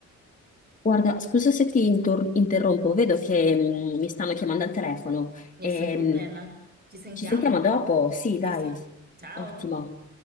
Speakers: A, on the left; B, on the right.
A: Guarda, scusa se ti intor- interrompo, vedo che mm, mi stanno chiamando al telefono.
B: Nessun
A: Ehm,
B: problema. Ci sentiamo?
A: ci sentiamo dopo? Sì,
B: Sì,
A: dai,
B: sì. Ciao.
A: ottimo.